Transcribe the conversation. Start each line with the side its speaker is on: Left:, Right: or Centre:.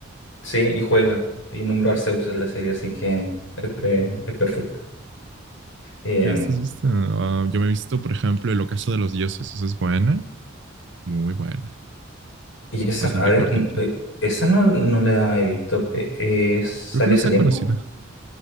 Left: sí, y juega. Y nombro a Arceus en la serie, así que es, eh, es perfecta. Eh,
Right: ¿Qué más has visto? Ah, yo me he visto, por ejemplo, El Ocaso de los Dioses. Esa es buena, muy buena,
Left: Y esa,
Right: bastante
Left: a ver,
Right: cortita.
Left: n- eh, esa no, no la he visto. Eh, eh, ¿sale
Right: Creo que no
Left: ese
Right: es tan
Left: tiempo?
Right: conocida.